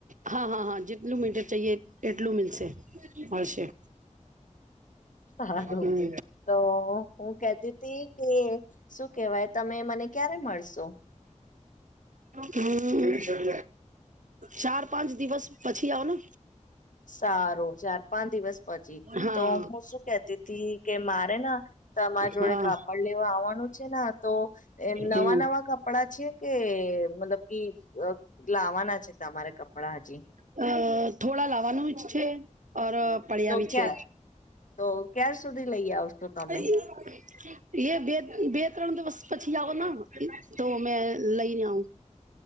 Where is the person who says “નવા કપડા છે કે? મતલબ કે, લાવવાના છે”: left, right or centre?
Left